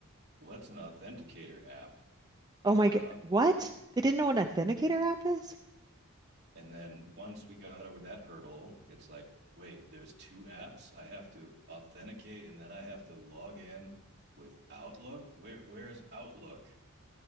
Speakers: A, on the right (about 50°); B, on the right (about 20°).
A: what's an authenticator app?
B: Oh my
A: Uh,
B: God. What? They didn't know an authenticator app is?
A: and then once we got over that hurdle, it's like, wait, there's two apps. I have to authenticate and then I have to log in with Outlook. Where where is Outlook?